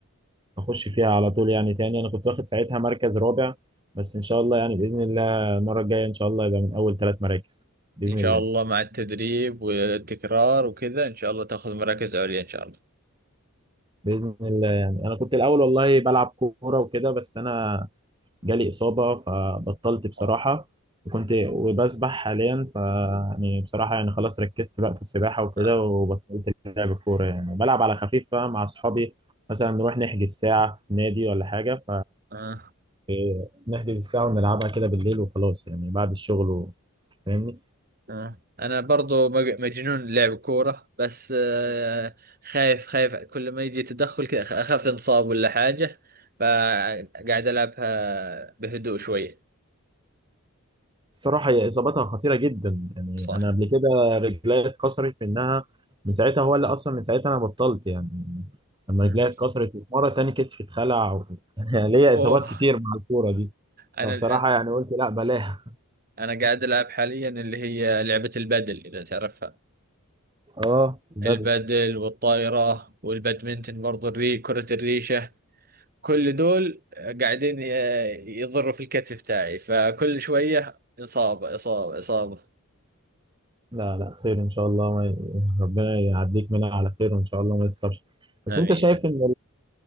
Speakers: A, on the right; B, on the right.
A: واخش فيها على طول يعني تاني انا كنت واخد ساعتها مركز رابع بس ان شاء الله يعني باذن الله المره الجايه ان شاء الله يبقى من اول ثلاث مراكز باذن
B: إن شاء
A: الله
B: الله مع التدريب والتكرار وكذا إن شاء الله تأخذ مراكز عليا إن شاء الله
A: باذن الله يعني انا كنت الاول والله بلعب كوره وكده بس انا جالي اصابه فبطلت بصراحه
B: آه.
A: وكنت وبسبح حاليا ف يعني بصراحه يعني خلاص ركزت بقى في السباحه وكده
B: آه.
A: وبطلت لعب الكوره يعني بلعب على خفيف بقى مع اصحابي مثلا نروح نحجز ساعه في نادي ولا حاجه
B: آه.
A: إيه، نحجز الساعة ونلعبها كده بالليل وخلاص يعني بعد الشغل و- فاهمني
B: آه. أنا برضو مج- مجنون لعب كورة بس آه خايف خايف كل ما يجي تدخل كذا أخ- أخاف انصاب ولا حاجة فقاعد ألعبها بهدوء شوية
A: الصراحة هي إصابتها خطيرة جدا يعني
B: صح
A: أنا قبل كده رجلي اتكسرت منها من ساعتها هو اللي أصلا من ساعتها أنا بطلت يعني لما
B: مهم.
A: رجلي اتكسرت ومرة تاني كتفي اتخلع و... <laughs> ليا
B: اوه
A: إصابات كتير مع الكورة دي
B: انا
A: فبصراحة يعني قلت لا بلاها
B: انا قاعد العب حاليا اللي هي لعبة البادل اذا تعرفها
A: اه
B: البادل
A: بدل
B: والطايرة والبادمنتن برضه الري كرة الريشة كل دول قاعدين ي- يضروا في الكتف تاعي فكل شوية إصابة إصابة إصابة
A: لا لا خير إن شاء الله ما... ي- ربنا يعديك منها على خير وإن شاء الله ما يصابش بس
B: آمين
A: أنت شايف إن